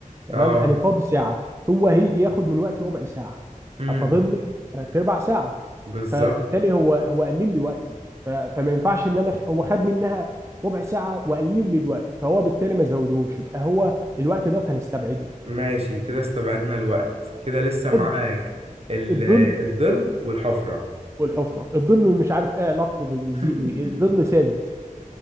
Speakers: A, on the right (about 20°); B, on the right (about 45°).
A: تمام
B: اه
A: انا فاضي ساعه هو هيجي ياخد من وقتي ربع ساعه
B: امم
A: هفاضل لي تلات ارباع ساعه
B: بالظبط
A: فبالتالي هو هو قلل لي وقتي ف- فما ينفعش ان انا خ- هو خد منها ربع ساعه وقلل لي الوقت فهو بالتالي ما زودهوش يبقى هو الوقت ده هنستبعده
B: ماشي كده استبعدنا الوقت كده لسه معاك
A: الض-
B: ال-
A: الظل
B: الظل والحفرة
A: والحفره الظل اللي مش عارف ايه علاقته بيزيد
B: <laughs>
A: وإيه. الظل ثابت